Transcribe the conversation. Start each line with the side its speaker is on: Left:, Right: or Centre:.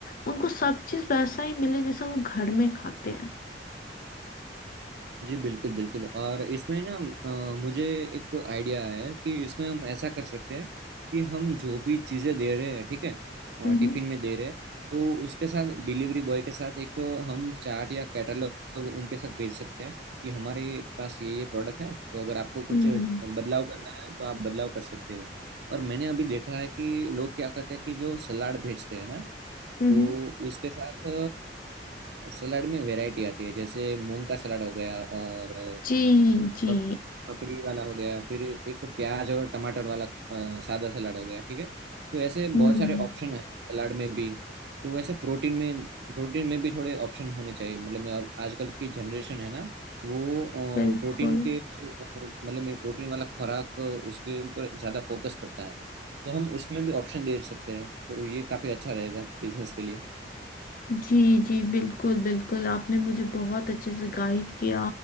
Left: उनको सब चीज वैसा ही मिले जैसा वो घर में खाते हैं
Right: जी बिल्कुल बिल्कुल और इसमें ना अ, मुझे एक आइडिया आया है कि इसमें हम ऐसा कर सकते हैं कि हम जो भी चीज़ें दे रहे हैं ठीक है अ,
Left: हम्म
Right: टिफिन में दे रहे हैं तो उसके साथ डिलीवरी बॉय के साथ एक हम चार्ट या कैटलॉग उनके साथ भेज सकते हैं कि हमारे पास ये ये प्रोडक्ट है तो अगर आपको
Left: हम्म
Right: कुछ बदलाव करना है तो आप बदलाव कर सकते हो और मैंने अभी देखा है कि लोग क्या करते हैं कि जो सलाड भेजते हैं ना
Left: हम्म,
Right: तो
Left: हम्म।
Right: उसके साथ अ, सलाद में वैरायटी आती है जैसे मूंग का सलाद हो गया और अ,
Left: जी जी
Right: पक- पकड़ी वाला हो गया फिर एक प्याज और टमाटर वाला अ, सादा सलाद हो गया ठीक है तो ऐसे बहुत
Left: हम्म
Right: सारे ऑप्शन है सलाद में भी तो वैसे प्रोटीन में प्रोटीन में भी थोड़े ऑप्शन होने चाहिए मतलब मैं अब- आजकल की जनरेशन है ना वो
Left: बिल्कुल
Right: प्रोटीन के मतलब मैं प्रोटीन वाला खुराक उसके ऊपर ज़्यादा फोकस करता है तो हम उसमें भी ऑप्शन दे सकते हैं तो ये काफ़ी अच्छा रहेगा बिजनेस के लिए
Left: जी जी बिल्कुल बिल्कुल आपने मुझे बहुत अच्छे से गाइड किया